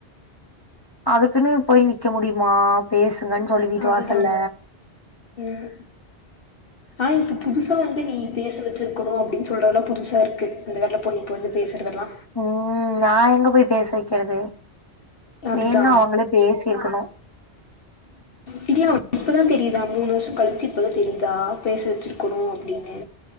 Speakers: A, on the left (about 25°); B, on the left (about 60°).
A: அதுக்குன்னு போய் நிக்க முடியுமா பேஸ் இருங்கன்னு சொல்லி வீட்டு
B: அதுதா
A: வாசல்ல
B: ம் ஆனா இப்ப புதுசா வந்து நீ பேச வச்சுருக்குணு அப்டின்னு சொல்றதுல்லா புதுசா இருக்கு அந்த வெள்ள பொண்ணு இப்ப வந்து பேசுறதெல்லா
A: உம் நான் எங்க போய் பேச வைக்கிறது
B: அதுதா
A: வேண்ணா அவுங்களே பேசிருக்கணும்
B: தெரியுதா இப்ப தான் தெரியுதா மூணு வருஷம் கழச்சு இப்போ தெரியுது நா பேசி வச்சிருக்கணும் அப்படின்னு